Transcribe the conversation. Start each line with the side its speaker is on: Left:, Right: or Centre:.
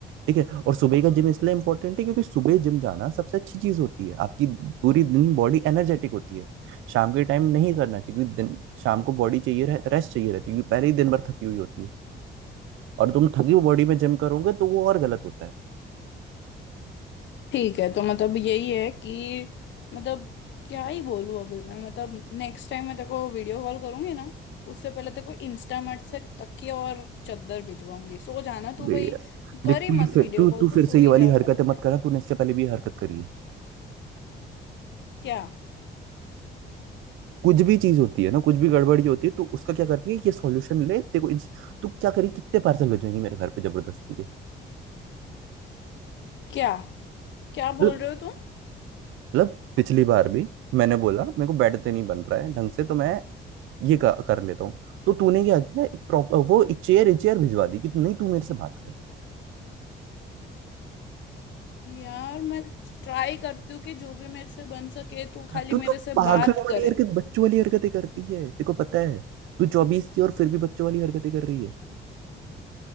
Right: ठीक है और सुबह का जिम इसलिए इंपॉर्टेंट है क्योंकि सुबह जिम जाना सबसे अच्छी चीज होती है आपकी पूरी दिन बॉडी एनर्जेटिक होती है शाम के टाइम नहीं करना चाहिए क्योंकि दिन शाम को बॉडी चाहिए रेस्ट चाहिए रहती है क्योंकि पहले ही दिन भर थकी हुई होती है और तुम थकी हुई बॉडी में जिम करोगे तो वो और गलत होता है
Left: ठीक है तो मतलब यही है कि मतलब क्या ही बोलूँ अभी मैं मतलब नेक्स्ट टाइम मैं तेरे को वीडियो कॉल करूंगी ना उससे पहले तेरे को इंस्टामार्ट से तकिया और चादर भिजवाऊंगी सो जाना तू
Right: बे
Left: भाई
Right: यार
Left: कर
Right: देख
Left: ही
Right: तू ये
Left: मत
Right: फिर
Left: वीडियो
Right: तू
Left: कॉल
Right: तू
Left: तू
Right: फिर
Left: सो
Right: से
Left: ही
Right: ये वाली
Left: जा
Right: हरकतें
Left: पूरे
Right: मत
Left: टाइम
Right: करना तूने इससे पहले भी ये हरकत करी है
Left: क्या
Right: कुछ भी चीज होती है ना कुछ भी गड़बड़ी होती है तो उसका क्या करती है ये सॉल्यूशन ले तेरे को इंस- तू क्या करी कितने पार्सल भेजेंगी मेरे घर पे जबरदस्ती के
Left: क्या क्या
Right: मतलब
Left: बोल रहे हो तुम
Right: मतलब पिछली बार भी मैंने बोला मेरे को बेड पे नहीं बन रहा है ढंग से तो मैं ये का- कर लेता हूँ तो तूने क्या किया एक प्रॉपर वो एक चेयर एक चेयर भिजवा दी कि नहीं तू मेरे से बात कर
Left: यार मैं ट्राई करती हूँ कि जो भी मेरे से बन सके तू खाली
Right: तू
Left: मेरे
Right: तो
Left: से
Right: पागलों
Left: बात
Right: वाली
Left: करे
Right: हरकत बच्चों वाली हरकतें करती है तेरे को पता है तू चौबीस की और फिर भी बच्चों वाली हरकतें कर रही है